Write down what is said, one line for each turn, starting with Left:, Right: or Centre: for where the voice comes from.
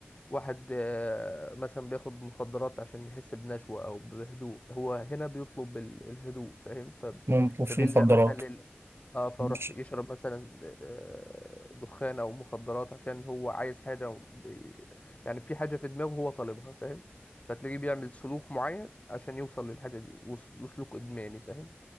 Left: واحد آه، مثلا بياخد مخدرات عشان يحس بنشوة أو بهدوء هو هنا بيطلب ال- الهدوء فاهم ف...
Right: ما بيطلبش
Left: فبيلجأ
Right: مخدرات
Left: مثلا لل اه فروح
Right: مش
Left: يشرب مثلا آه، دخان أو مخدرات عشان هو عايز حاجة و- بي- يعني في حاجة في دماغه هو طالبها فاهم فتلاقيه بيعمل سلوك معين عشان يوصل للحاجة دي وس- وسلوك إدماني فاهم